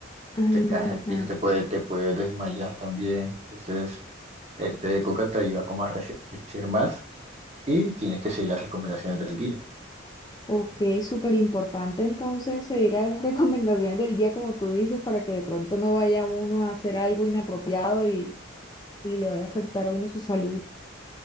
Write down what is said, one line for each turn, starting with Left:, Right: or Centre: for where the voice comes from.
Left: Ajá.
Right: te caes al piso, te puede, te puede desmayar también. Entonces, el té de coca te ayuda como a resistir más y tienes que seguir las recomendaciones del guía.
Left: Ok, súper importante entonces seguir a las <laughs> recomendaciones del guía, como tú dices, para que de pronto no vaya uno a hacer algo inapropiado y, y le vaya a afectar a uno su salud.